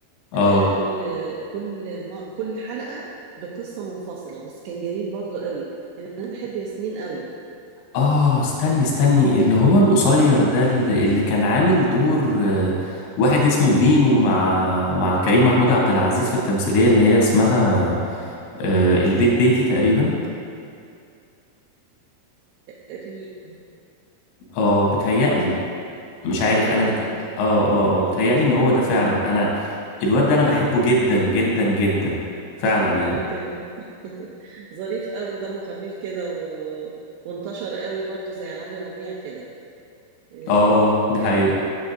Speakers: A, on the left; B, on the right.
A: اه
B: آه، كل كل ما كل حلقة بقصة منفصلة بس كان جميل برضو قوي لأن أنا بحب ياسمين قوي
A: اه استني استني اللي هو القصير ده اللي, اللي كان عامل دور آه، واحد اسمه بينو مع مع كريم محمود عبد العزيز في التمثيلية اللي هي اسمها آه، البيت بيتي تقريبا
B: تقريبا
A: اه بتهيألي مش عارف
B: تقريبا
A: انا بت...
B: كده
A: اه اه اه
B: اه
A: بتهيألي ان هو ده فعلا انا الواد ده انا بحبه جدا جدا جدا فعلا يعني
B: أنا كمان <laughs> ظريف قوي دمه خفيف كده و... وانتشر قوي برضو زي علي ربيع كده آه،
A: اه دي
B: كان
A: حقيقة